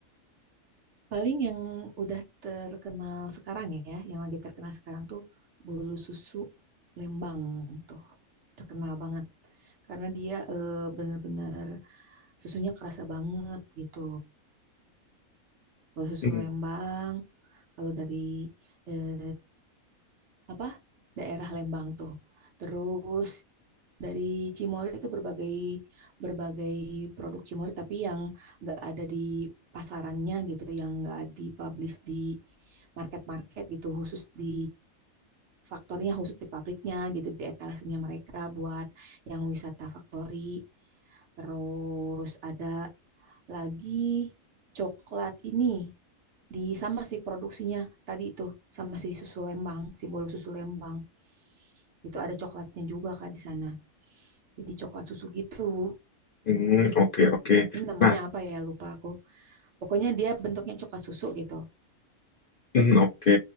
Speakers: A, on the right; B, on the left.
A: Paling yang udah terkenal sekarang ya, yang lagi terkenal sekarang tuh bolu susu Lembang tuh. Terkenal banget. Karena dia eh, bener-bener susunya kerasa banget gitu. Bolu susu
B: Hmm,
A: Lembang, kalau dari eh, apa daerah Lembang tuh. Terus dari Cimory itu berbagai berbagai produk Cimory tapi yang nggak ada di pasarannya gitu, yang nggak dipublish di market-market gitu, khusus di faktornya khusus di pabriknya gitu, di etalasenya mereka buat yang wisata factory. Terus ada lagi coklat ini di sama sih produksinya tadi itu sama si susu Lembang, si bolu susu Lembang. Itu ada coklatnya juga Kak di sana. Jadi coklat susu gitu.
B: hmm, oke oke.
A: Ini namanya
B: Nah,
A: apa ya? Lupa aku. Pokoknya dia bentuknya coklat susu gitu.
B: Hmm, Oke,